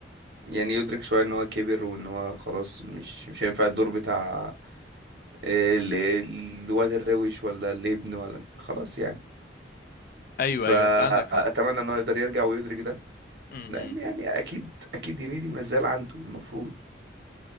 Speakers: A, on the right; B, on the left.
A: يدرك شوية إن هو كبر وإن هو خلاص مش مش هينفع الدور بتاع آه، ال- الواد الروش ولا الابن ولا خلاص يعني
B: ايوه
A: فأتمنى
B: ايوه انت عندك حق
A: إن هو يقدر يرجع ويدرك ده
B: امم
A: لأن يعني أكيد أكيد هنيدي ما زال عنده المفروض